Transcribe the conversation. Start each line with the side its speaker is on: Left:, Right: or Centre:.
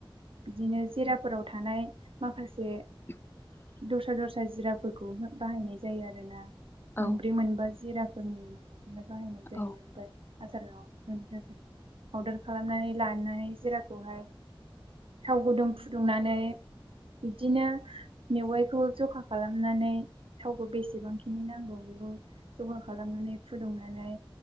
Right: बिदिनो जिरा फोराव थानाय माखासे
Left: <inaudible>
Right: दस्रा दस्रा जिराफोरखौ हो बाहायनाय जायो आरोना
Left: औ
Right: मोनब्रै मोनबा जिराफोरनि <unintelligible> जायो
Left: औ
Right: ओमफाय आसाराव <unintelligible> पाउदार खालामनानै लानाय जिराखौहाय थाव गुदुं फुदुंनानै बिब्दिनो मेवाइखौ जखा खालामनानै थावखौ बेसेबांखिनि नां नांबावगौ जखा खालामनानै फुदुंनानै